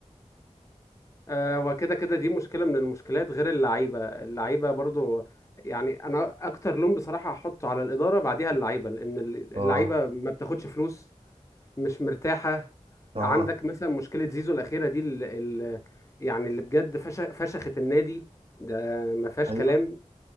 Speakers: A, on the left (about 25°); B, on the right (about 50°).
A: آه وكده كده دي مشكلة من المشكلات غير اللعيبة اللعيبة برضه يعني أنا أكتر لوم بصراحة هحطه على الإدارة بعديها اللعيبة لأن اللعيبة
B: اه
A: ما بتاخدش فلوس مش مرتاحة
B: اه
A: عندك مثلا مشكلة زيزو الأخيرة دي ال ال يعني اللي بجد فش فشخت النادي ده ما فيهاش
B: ايوه
A: كلام